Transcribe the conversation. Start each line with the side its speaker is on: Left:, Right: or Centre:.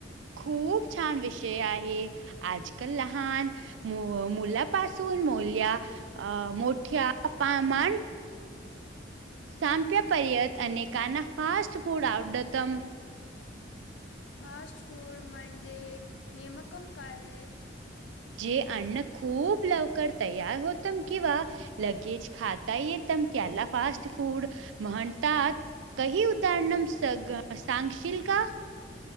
Right: खूप छान विषय आहे. आज कल लहान मुलापासून मुलं या अ मोठ्या प्रमाण संपेपर्यंत अनेकांना फास्ट फूड आवडतं.
Left: फास्ट फूड म्हणजे नेमकं काय?
Right: जे अन्न खूप लवकर तयार होतम किंवा लगेच खाता येतं त्याला फास्ट फूड म्हणतात. कही उदाहरन सग सांगशील का?